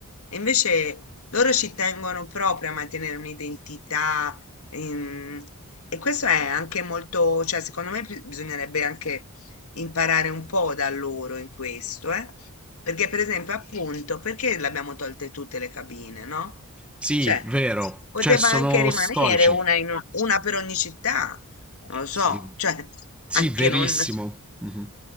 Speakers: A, on the left (about 70°); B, in the centre.
A: E invece loro ci tengono proprio a mantenere un'identità Ehm, e questo è anche molto, cioè secondo me bi- bisognerebbe anche imparare un po' da loro in questo, eh? Perché per esempio, appunto, perché le abbiamo tolte tutte le cabine, no?
B: Sì,
A: Cioè,
B: vero.
A: poteva
B: Cioè, sono
A: anche rimanere
B: storici.
A: una, in o- una per ogni città, non lo so,
B: Sì.
A: cioè,
B: Sì,
A: anche
B: verissimo.
A: non...
B: Mhm.